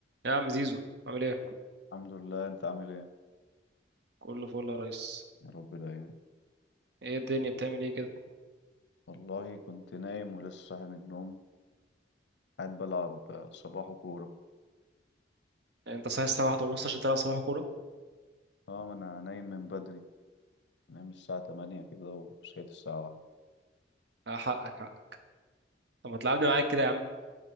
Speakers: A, on the right; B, on the left.
A: يا عم زيزو عامل ايه
B: الحمد لله انت عامل ايه
A: كله فل يا ريس
B: يا رب دايما
A: ايه الدنيا بتعمل ايه كده
B: والله كنت نايم ولسه صاحي من النوم قاعد بلعب آه، صباحو كورة
A: يعني انت صاحي الساعه واحدة ونص عشان تلعب صباح كوره
B: اه ما انا نايم من بدري نايم الساعة تمانية كده وصحيت الساعة واحدة
A: آه، حقك حقك طب ما تلعبني معاك كده يا عم